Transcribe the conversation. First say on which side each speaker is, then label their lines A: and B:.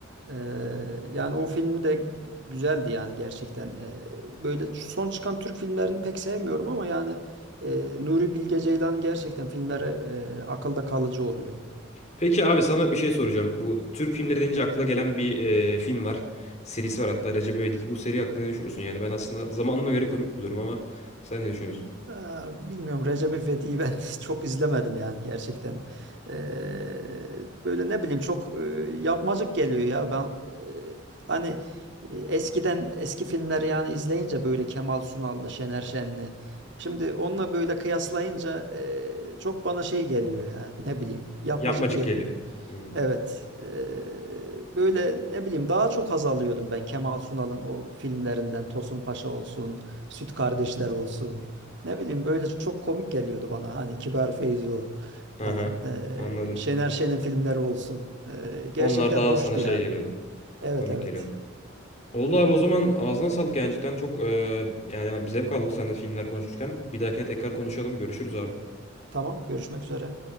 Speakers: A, on the right (about 60°); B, on the left (about 35°).
A: Ee, yani o film de güzeldi yani gerçekten. Ee, böyle son çıkan Türk filmlerini pek sevmiyorum ama yani e, Nuri Bilge Ceylan'ın gerçekten filmleri e, akılda kalıcı oluyor.
B: Peki abi sana bir şey soracağım. Bu Türk filmleri deyince akla gelen bir e, film var. Serisi var hatta Recep İvedik. Bu seri hakkında ne düşünüyorsun? Yani ben aslında zamanına göre komik buluyorum ama sen ne düşünüyorsun?
A: Ee, Bilmiyorum Recep İvedik'i ben <laughs> çok izlemedim yani gerçekten. Ee, böyle ne bileyim çok e, yapmacık geliyor ya. Ben e, hani e, eskiden eski filmleri yani izleyince böyle Kemal Sunal'lı, Şener Şen'li. Şimdi onunla böyle kıyaslayınca e, çok bana şey geliyor ya ne bileyim yapmacık
B: Yapmacık
A: geliyor.
B: Geli. Hmm.
A: Evet. eee, böyle ne bileyim daha çok haz alıyordum ben Kemal Sunal'ın o filmlerinden Tosun Paşa olsun, Süt Kardeşler olsun. Ne bileyim böyle çok komik geliyordu bana hani Kibar Feyzo falan.
B: Aha,
A: eee,
B: anladım.
A: Şener Şen'in filmleri olsun. Eee, gerçekten
B: Onlar daha
A: hoştu
B: sana şey
A: yani.
B: geliyordu.
A: Evet
B: Komik
A: evet.
B: geliyordu. Oldu
A: Hı hı.
B: abi o zaman ağzına sağlık yani cidden çok e, yani zevk aldık seninle filmler konuşurken. Bir dahakine tekrar konuşalım. Görüşürüz abi.
A: Tamam görüşmek üzere.